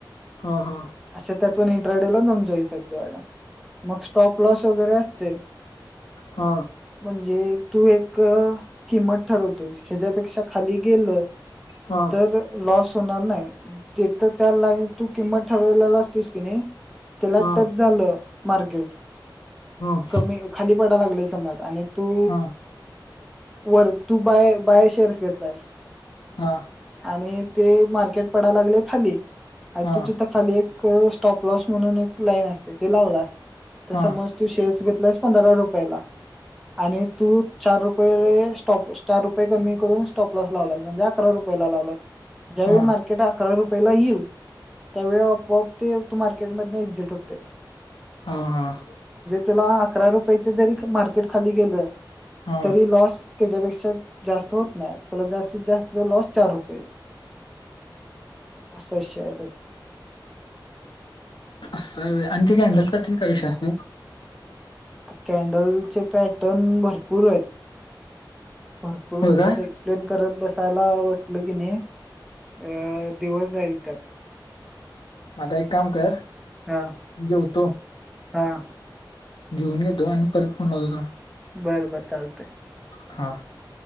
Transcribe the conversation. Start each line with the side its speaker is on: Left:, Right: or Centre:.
Left: हा हा
Centre: अस त्यातून एक ट्रेडेला दोन चोईस असते मँडम मग स्टॉप लॉस वगैरे असते
Left: हा
Centre: म्हणजे तू एक किंमत ठरवतेस ह्याच्यापेक्षा खाली गेलं
Left: हा
Centre: तर लॉस होणार नाही. ते तर त्या लाय तू किंमत ठरवले असतोस किनी त्याला
Left: हा
Centre: टच झालं मार्केट --
Left: ह
Centre: कमी खाली पडा लागले समाज आणि तू
Left: हा
Centre: वर तू बाय बाय शेअर्स घेतलास
Left: हा हा
Centre: आणि -- ते मार्केट पडाय लागले खाली
Left: हा
Centre: तू तिथं खाली एक -- <unintelligible> स्टॉपलॉस म्हणून एक लाईन असते ते लावलास तर
Left: हा
Centre: समज तू शेअर्स वि- - <unintelligible> पंधरा रुपयाला आणि तु -- चार रुपये स्टॉप चार रुपये कमी करून स्टॉपलस लावलास म्हणजे अकरा रुपये लावलाइस. ज्यावेळी
Left: हा हा
Centre: मार्केट अकरा रुपयाला ईल त्यावेळी ऑपऑप ते -- तू मार्केट मधन एक्झिट होतयं.
Left: ह, हा.
Centre: तुला अकरा रुपयाच जरी मार्केट खाली गेलं
Left: हा
Centre: तरी, लॉस त्याच्यापेक्षा जास्त होत नाही. त्याला जास्तीत जास्त लॉस चार रुपयेचं. असा विषय हाय.
Left: अस हाय होय आणि ते कॅन्डलचा काय विषय असतोय.
Centre: तर कॅन्डलचे पॅटर्न भरपूर हाईत. भरपूर म्हणजे
Left: हो का
Centre: असं एक्सप्लेन करत बसायला बसल कीनी -- अ दिवस जाईल त्यात.
Left: म आता एक काम कर
Centre: हा
Left: जेवतो.
Centre: हा.
Left: जिऊन घेतो आणि परत फोन लावतो थांब.
Centre: बर बर चालतय.
Left: हा